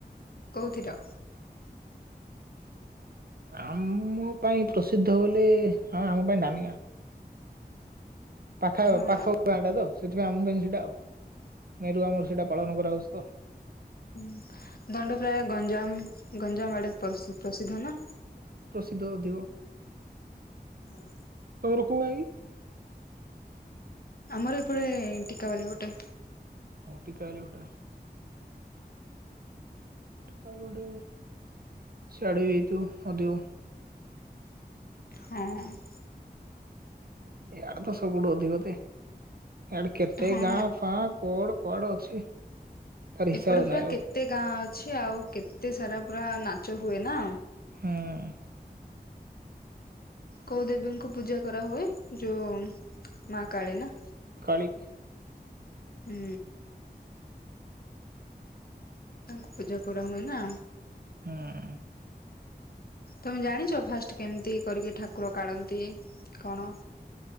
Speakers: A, on the left; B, on the right.
A: କୋଉଥିଡ଼!
B: ଆମ ପାଇଁ ପ୍ରସିଦ୍ଧ ବୋଲେ ହଁ ଆମ ପାଇଁ ଡାମିଆଁ! ପାଖ
A: ହଁ
B: ପାଖ ଗାଁ ଟା ତ ସେଥିପାଇଁ ଆମ ପାଇଁ ସେଇଟା ଆଉ ମେରୁ ଆମର ସେଇଟା ପାଳନ କରାହଉଛି ତ
A: ହୁଁ ଦଣ୍ଡ ପ୍ରାୟ ଗଞ୍ଜାମ ଗଞ୍ଜାମ ଆଡେ ପ୍ରସିଦ୍ଧ ନା?
B: ଦୁ ଦୁ
A: ହଁ।
B: ତୋର କୋଉ ଆଈ?
A: ଆମର ଏପଟେ ଟିକାବାଲି ପଟେ।
B: ଟିକାବାଲି ପଟେ। ତା ଗୋଟେ ଛାଡି ହେଇଥିବ ଅଧିକ।
A: ହଁ।
B: ଇଆଡେ ତ ସବୁଠୁ ଅଧିକ ତେ ଆଡେ କେତେ
A: ହଁ
B: ଗାଁ ଫାଁ କୋଡ କୁଆଡ ଅଛି ତାର ହିସାବ
A: ଏପଟେ ପୁରା
B: ନାହିଁ ଆଉ
A: କେତେ ଗାଁ ଅଛି ଆଉ କେତେ ସାରା ପୁରା ନାଚ ହୁଏ ନା?
B: ହୁଁ।
A: କୋଉ ଦେବୀଙ୍କୁ ପୂଜା କରାହୁଏ ଯୋଉ ମା କାଳୀ ନା?
B: କାଳି।
A: ଏ ତାଙ୍କୁ ପୂଜା କରା ହୁଏ ନା?
B: ହୁଁ।
A: ତମେ ଜାଣିଛ ଫାଷ୍ଟ କେମିତି କରିକି ଠାକୁର କାଢନ୍ତି କଣ?